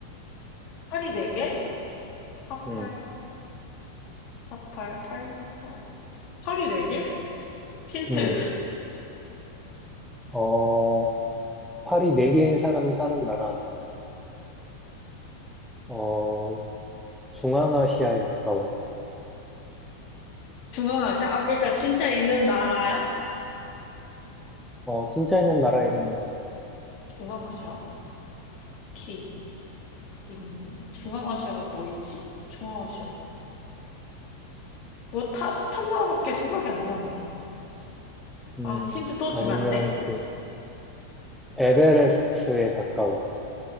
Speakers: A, on the left; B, in the centre.
A: 팔이 네개 48,
B: 음,
A: 48, 84? 팔이 네개 힌트.
B: 음, 어, 팔이 네개인 사람이 사는 나라, 어, 중앙아시아에 가까워.
A: 중앙아시아? 아, 그러니까 진짜 있는 나라야?
B: 어, 진짜 있는 나라 이름이야.
A: 중앙아시아? 키. 인, 중앙아시아가 뭐 있지? 중앙아시아. 뭐 타, 스탄 나라밖에 생각이 안 나는데.
B: 음,
A: 아, 힌트 또
B: 아니면
A: 주면 안 돼?
B: 그, 에베레스트에 가까워.